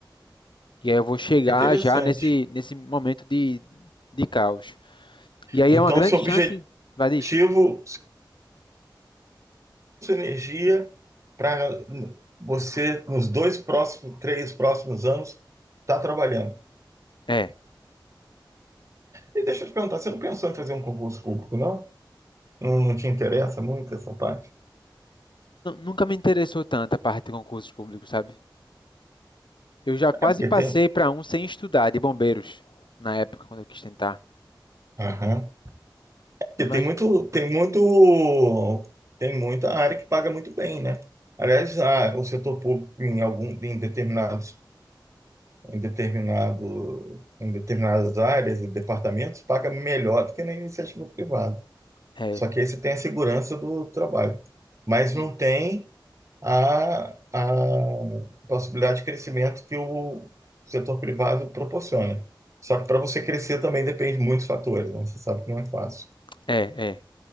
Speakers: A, on the left; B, on the right.
A: E aí eu vou chegar
B: Interessante.
A: já nesse, nesse momento de, de caos. E aí
B: Então,
A: é uma grande
B: seu
A: chance,
B: objetivo,
A: Vadis?
B: seu, sua energia para você, nos dois próximos, três próximos anos, está trabalhando.
A: É.
B: E deixa eu te perguntar, você não pensou em fazer um concurso público, não? Não, não te interessa muito essa parte?
A: Nunca me interessou tanto a parte de concursos públicos, sabe? Eu já quase
B: É porque
A: passei
B: tem.
A: para um sem estudar, de bombeiros, na época, quando eu quis tentar.
B: Aham.
A: Mas,
B: Porque tem muito, tem muito, tem muita área que paga muito bem, né? Aliás, a- o setor público em algum, em determinados, em determinado, em determinadas áreas e departamentos paga melhor do que na iniciativa privada.
A: é.
B: Só que aí você tem a segurança do trabalho, mas
A: Sim.
B: não tem a, a possibilidade de crescimento que o setor privado proporciona. Só que para você crescer também depende de muitos fatores, né? Você sabe que não é fácil.
A: É, é.